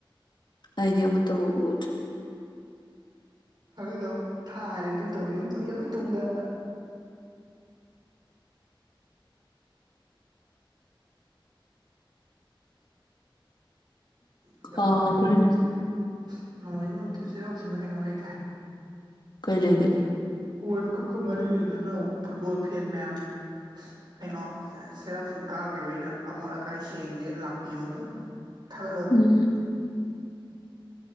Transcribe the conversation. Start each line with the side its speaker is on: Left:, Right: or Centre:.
Left: ꯑꯩꯗꯤ ꯑꯃꯇꯕꯨ ꯎꯗ꯭ꯔꯤ
Right: ꯊꯥꯒꯠꯍꯧꯕꯅꯤ ꯊꯥꯔꯦ ꯑꯗꯨ ꯇꯧꯔꯦꯅ ꯀꯨꯏꯔꯕꯩ ꯇꯨꯡꯗꯅ ꯍꯟꯗꯛ
Left: ꯀꯥꯎꯈ꯭ꯔꯦꯅꯦ
Right: ꯅꯣꯡꯃꯥꯏꯖꯤꯡ ꯅꯨꯃꯤꯠꯇ ꯅꯣꯡꯃꯥꯏꯖꯤꯡ ꯅꯨꯃꯤꯠꯇ ꯆꯩꯔꯥꯎ ꯆꯤꯡꯗ ꯀꯩꯅꯣ ꯂꯩꯗꯥꯏ
Left: ꯀꯩ ꯂꯩꯒꯦ
Right: ꯋꯥꯔꯜꯗ ꯀꯞꯀ ꯃꯔꯤ ꯂꯩꯅꯅ ꯐꯨꯠꯕꯣꯜ ꯐꯦꯟ ꯃꯌꯥꯝ ꯀꯩꯅꯣ ꯆꯦꯔꯥꯎꯆꯤꯡ ꯀꯥꯈꯤꯕꯩꯗ ꯑꯃꯣꯠ ꯑꯀꯥꯏ ꯁꯦꯡꯖꯦ ꯂꯥꯛꯄꯤꯌꯣꯅ ꯇꯧꯍꯧꯕꯅꯦ ꯊꯥꯒꯠꯍꯧꯕꯅꯦ
Left: ꯎꯝ